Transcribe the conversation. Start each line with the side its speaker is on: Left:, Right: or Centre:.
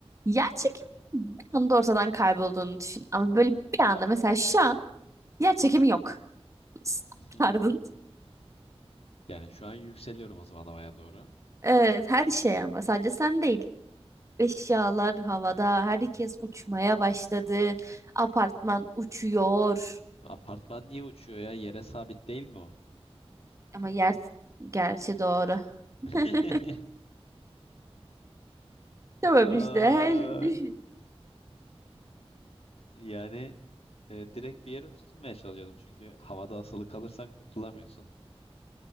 Right: Yer çekimi bir anda ortadan kaybolduğunu düşün. Ama böyle bir anda mesela şu an yer çekimi yok. <laughs> Nasıl
Left: Hmm.
Right: yapardın?
Left: Yani şu an yükseliyorum o zaman havaya doğru.
Right: Evet her şey ama sadece sen değil. Eşyalar havada, herkes uçmaya başladı. Apartman uçuyor.
Left: Apartman niye uçuyor ya? Yere sabit değil mi o?
Right: Ama yer gerçi doğru.
Left: <laughs>
Right: <laughs> Tamam
Left: Aa,
Right: işte her düşün.
Left: yani e, direkt bir yere tutunmaya çalışıyordum çünkü havada asılı kalırsan kurtulamıyorsun.